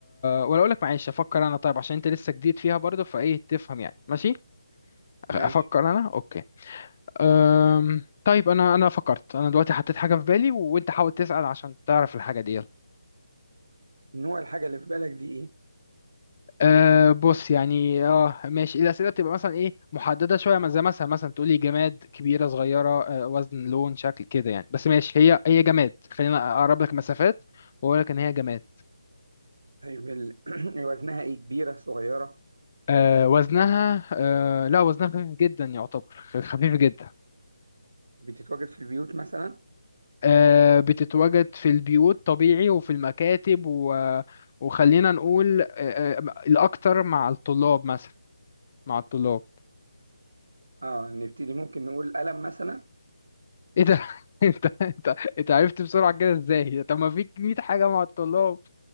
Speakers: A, on the left (about 35°); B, on the right (about 80°).
A: ولا اقول لك معلش افكر انا طيب عشان انت لسه جديد فيها برضه فايه تفهم يعني ماشي
B: ماشي
A: افكر انا اوكي أم... طيب انا انا فكرت انا دلوقتي حطيت حاجه في بالي و... وانت حاول تسال عشان تعرف الحاجه دي يلا.
B: نوع الحاجه اللي في بالك دي ايه
A: أه بص يعني اه ماشي الاسئله بتبقى مثلا ايه محدده شويه ما- زي مثلا مثلا تقولي جماد كبيره صغيره أه وزن لون شكل كده يعني بس ماشي هي هي جماد خلينا اقرب لك مسافات واقول لك ان هي جماد
B: طيب ال- <clears throat> وزنها ايه كبيره صغيره
A: آه وزنها آه لا وزنها خفيف جدا يعتبر خفيف جدا
B: بتتواجد في البيوت مثلا
A: آه بتتواجد في البيوت طبيعي وفي المكاتب و... وخلينا نقول آه آه الأكتر مع الطلاب مثلا مع الطلاب
B: اه نبتدي ممكن نقول قلم مثلا
A: ايه ده <laughs> انت انت انت عرفت بسرعة كده ازاي طب ما فيك 100 حاجة مع الطلاب